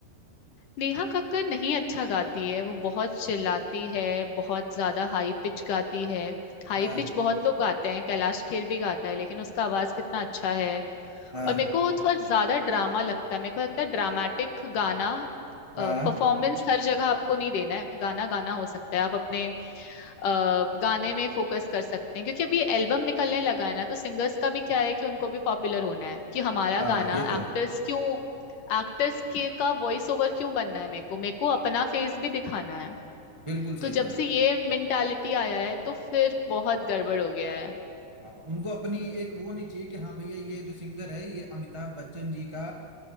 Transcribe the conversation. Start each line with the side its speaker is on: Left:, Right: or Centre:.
Left: नेहा कक्कड़ नहीं अच्छा गाती है वो बहुत चिल्लाती है बहुत ज्यादा हाई पिच गाती है हाई
Right: हाँ
Left: पिच बहुत लोग गाते हैं कैलाश खेर भी गाता है लेकिन उसका आवाज कितना अच्छा है
Right: हाँ
Left: और मेरे को वो थोड़ा ज्यादा ड्रामा लगता है मेरे को लगता है ड्रामेटिक गाना
Right: हाँ
Left: परफॉर्मेंस हर जगह आपको नहीं देना है गाना गाना हो सकता है आप अपने अ, गाने में फोकस कर सकते हैं क्योंकि अभी एल्बम निकलने लगा है ना तो सिंगर्स का भी क्या है कि उनको भी पॉपुलर होना है कि हमारा
Right: हाँ
Left: गाना
Right: ये तो
Left: एक्टर्स
Right: है
Left: क्यों एक्टर्स के का वॉइस ओवर क्यों बनना है मेरे को मेरे को अपना फेस भी दिखाना है
Right: बिल्कुल
Left: तो
Right: सही बात
Left: जब से ये
Right: है
Left: मेंटालिटी आया है तो फिर बहुत गड़बड़ हो गया है
Right: हाँ उनको अपनी एक वो नहीं चाहिए कि हाँ भैया ये जो सिंगर है ये अमिताभ बच्चन जी का